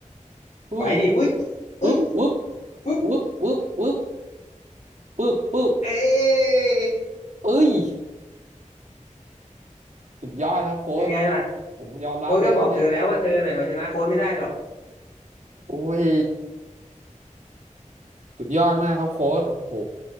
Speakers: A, on the right; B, on the left.
A: เฮ้ย
B: ไปดิวุ้ยอุ้ย
A: ปึ๊บปึ๊บ
B: ปุ๊บ
A: ปึ๊บปึ๊บปึ๊บปึ๊บปึ๊บ
B: เอ๊ะ
A: เอ้ยสุดยอดครับโค้ช
B: เป็นไงล่ะ
A: ผมยอมรับเลยครับเนี่ย
B: โค้ชก็บอกเธอแล้วว่าเธอเนี่ยเอาชนะโค้ชไม่ได้หรอก
A: โอ้ยสุดยอดมากครับโค้ชโอ้โห